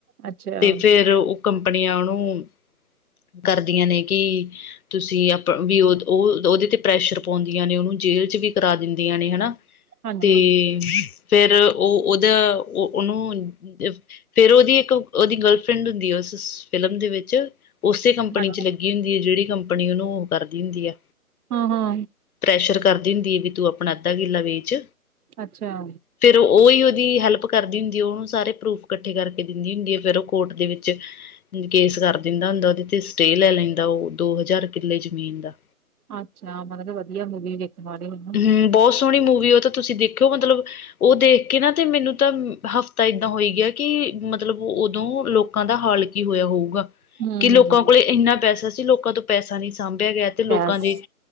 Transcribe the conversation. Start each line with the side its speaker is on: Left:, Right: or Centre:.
Right: ਅੱਛਾ
Left: ਤੇ ਫੇਰ ਉ ਕੰਪਨੀਆਂ ਉਹਨੂੰ ਕਰਦੀਆਂ ਨੇ ਕਿ ਤੁਸੀਂ ਆਪ ਵੀ ਉ ਉਹ ਉਹਦੇ ਤੇ ਪ੍ਰੈਸ਼ਰ ਪਾਉਂਦੀਆਂ ਨੇ, ਉਹਨੂੰ ਜੇਲ੍ਹ ਚ ਵੀ ਕਰਾ ਦਿੰਦੀਆਂ ਨੇ ਹਨਾ।
Right: ਹਾਂਜੀ
Left: ਤੇ ਫੇਰ ਉ ਉਹਦਾ ਉ ਉਹਨੂੰ ਫੇਰ ਉਹਦੀ ਇੱਕ ਉਹਦੀ ਗਰਲਫਰੈਂਡ ਹੁੰਦੀ ਹੈ, ਉਸ ਫਿਲਮ ਦੇ ਵੇਚ ਉਸੇ ਕੰਪਨੀ
Right: ਹਾਂਜੀ
Left: ਚ ਲੱਗੀ ਹੁੰਦੀ ਹੈ, ਜਿਹੜੀ ਕੰਪਨੀ ਆਪਣੀ ਉਹਨੂੰ ਉਹ ਕਰਦੀ ਹੁੰਦੀ ਏ।
Right: ਹਾਂ ਹਾਂ
Left: ਪ੍ਰੈਸ਼ਰ ਕਰਦੀ ਹੁੰਦੀ ਏ, ਵੀ ਤੂੰ ਆਪਣਾ ਅੱਧਾ ਕਿੰਲਾ ਵੇਚ।
Right: ਅੱਛਾ
Left: ਫੇਰ ਉਹੀ ਉਹਦੀ ਹੈਲਪ ਕਰਦੀ ਹੁੰਦੀ ਏ, ਉਹਨੂੰ ਸਾਰੇ ਪਰੂਫ ਕੱਠੇ ਕਰਕੇ ਦਿੰਦੀ ਹੁੰਦੀ ਹੈ ਫੇਰ ਉਹ ਕੋਰਟ ਦੇ ਵੇਚ ਕੇਸ ਕਰ ਦਿੰਦਾ ਹੁੰਦਾ ਉਹਦੇ ਤੇ ਸਟੇਅ ਲੈ ਲੈਂਦਾ, ਉ ਦੋ ਹਜ਼ਾਰ ਕਿੱਲੇ ਜ਼ਮੀਨ ਦਾ।
Right: ਅੱਛਾ, ਮਤਲਬ ਵਧੀਆ ਮੂਵੀ ਵੇਖਣ ਵਾਲੀ ਹੂਨ
Left: ਹੂੰ, ਬਹੁਤ ਸੋਹਣੀ ਮੂਵੀ ਉਹ ਤਾਂ ਤੁਸੀਂ ਦੇਖ ਦੇਖੋ ਮਤਲਬ ਉ ਦੇਖਕੇ ਨਾ ਤੇ ਮੈਨੂੰ ਤਾਂ ਹਫ਼ਤਾ ਏਦਾਂ ਹੋਈ ਗਿਆ। ਕਿ ਮਤਲਬ ਉਦੋਂ ਲੋਕਾਂ ਦਾ ਹਾਲ ਕੀ ਹੋਇਆ ਹੋਊਗਾ।
Right: ਹੂੰ
Left: ਕਿ ਲੋਕਾਂ ਕੋਲ ਇੰਨਾ ਪੈਸਾ ਸੀ ਲੋਕਾਂ ਤੋਂ ਪੈਸਾ ਨਹੀਂ, ਸਾਂਭਿਆ ਗਿਆ ਤੇ ਲੋਕਾਂ
Right: ਬਸ
Left: ਦੇ